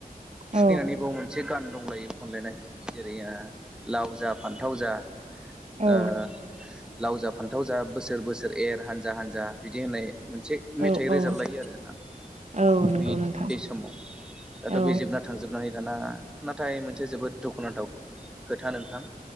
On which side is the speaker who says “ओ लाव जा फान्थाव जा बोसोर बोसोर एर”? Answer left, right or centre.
Centre